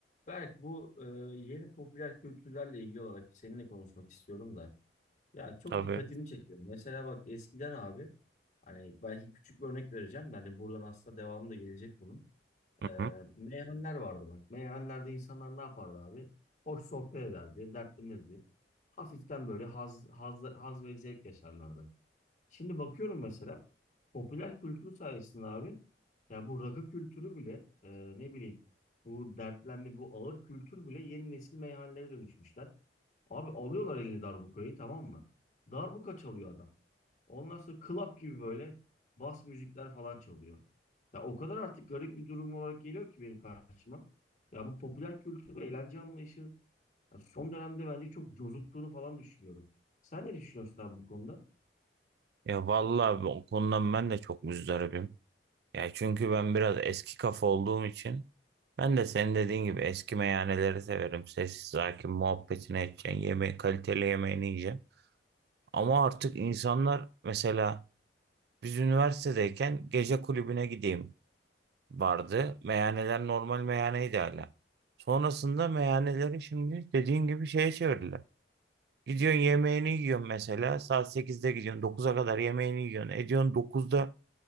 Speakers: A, on the left (about 45°); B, on the right (about 60°).
A: Berk bu e, yeni popüler kültürlerle ilgili olarak seninle konuşmak istiyorum da. Ya çok
B: Tabii.
A: dikkatimi çekiyor. Mesela bak eskiden abi hani belki küçük bir örnek vereceğim de hani buradan aslında devamı da gelecek bunun.
B: Hı
A: E,
B: hı.
A: meyhaneler vardı bak. Meyhanelerde insanlar ne yapardı abi? Hoş sohbet ederdi, dertlenirdi. Hafiften böyle haz, haz, haz ve zevk yaşarlardı. Şimdi bakıyorum mesela popüler kültür sayesinde abi ya bu rakı kültürü bile e, ne bileyim bu dertlenme bu ağır kültür bile yeni nesil meyhanelere dönüşmüşler. Abi alıyorlar eline darbukayı tamam mı? Darbuka çalıyor adam. Ondan sonra club gibi böyle bas müzikler falan çalıyor. Ya o kadar artık garip bir durum olarak geliyor ki benim karşıma. Ya bu popüler kültür ve eğlence anlayışı ya son dönemde bence çok cozuttuğunu falan düşünüyorum. Sen ne düşünüyorsun abi bu konuda?
B: Ya vallahi o konudan ben de çok muzdaribim. Ya çünkü ben biraz eski kafa olduğum için ben de senin dediğin gibi eski meyhaneleri severim. Sessiz sakin muhabbetini edeceksin. Yemeği, kaliteli yemeğini yiyeceksin. Ama artık insanlar mesela biz üniversitedeyken gece kulübüne gideyim vardı. Meyhaneler normal meyhaneydi hala. Sonrasında meyhaneleri şimdi dediğin gibi şeye çevirdiler. Gidiyorsun yemeğini yiyorsun mesela. Saat sekizde gidiyorsun. dokuza kadar yemeğini yiyorsun. Ediyorsun dokuzda